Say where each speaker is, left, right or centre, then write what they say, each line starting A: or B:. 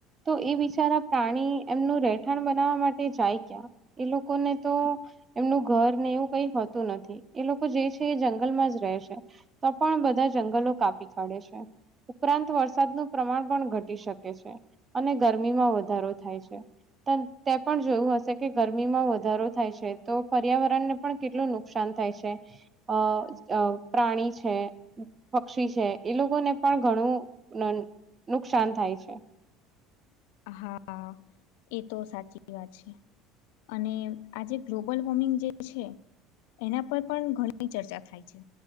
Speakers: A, on the right; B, on the left.
A: તો એ બિચારા પ્રાણી એમનું રહેઠાણ બનાવવા માટે જાય ક્યાં એ લોકો ને તો એમનું ઘર ને એવું કઈ હોતું નથી એ લોકો જે છે એ જંગલ માં જ રે રહે છે તો પણ બધા જંગલો કાપી કાઢે છે ઉપરાંત વરસાદનું પ્રમાણ પણ ઘટ ટી શકે છે અને ગરમીમાં વધારો થાય છે. તે પણ જોયું હશે કે ગરમીમાં વધારો થાય છે તો પર્યાવરણ ને પણ કેટલું નુકસાન થાય છે અ અ પ્રાણી છે, પક્ષી છે, એ લોકોને પણ ઘણું ન ન નુકસાન થાય છે.
B: હા હા એ તો સાચી વાત છે. અને આજે ગ્લોબલ વોર્મિંગ જે છે. એના પર પણ ઘણી ચર્ચા થાય છે,